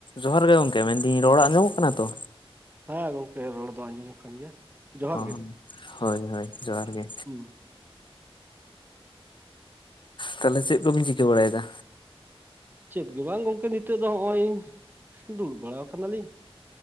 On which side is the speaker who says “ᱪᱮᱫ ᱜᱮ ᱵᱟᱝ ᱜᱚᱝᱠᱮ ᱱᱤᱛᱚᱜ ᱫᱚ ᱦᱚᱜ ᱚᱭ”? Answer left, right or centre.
Right